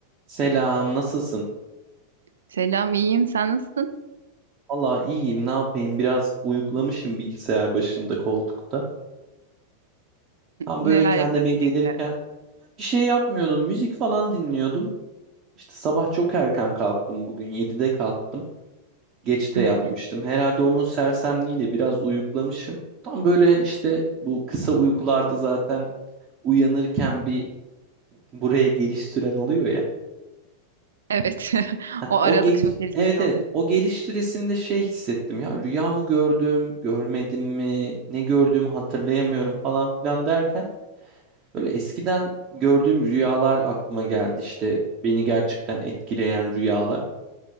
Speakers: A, on the right; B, on the right.
A: Selam, nasılsın?
B: Selam, iyiyim. Sen nasılsın?
A: Valla iyiyim, ne yapayım? Biraz uyuklamışım bilgisayar başında koltukta. Tam
B: Neler
A: böyle kendime
B: yapıyordun
A: gelirken
B: Ne güzel.
A: bir şey yapmıyordum, müzik falan dinliyordum. İşte sabah çok erken kalktım bugün, 7'de kalktım. Geç de
B: Hmm,
A: yatmıştım. Herhalde onun sersemliğiyle biraz uyuklamışım. Tam böyle işte bu kısa uykularda zaten uyanırken bir buraya geliş süren oluyor ya.
B: Evet. <laughs>
A: Heh,
B: O aralık
A: o geliş
B: çok ilginç
A: evet
B: oluyor.
A: evet o geliş süresinde şey hissettim ya rüya mı gördüm görmedim mi ne gördüğümü hatırlayamıyorum falan filan derken böyle eskiden gördüğüm rüyalar aklıma geldi işte beni gerçekten etkileyen rüyalar.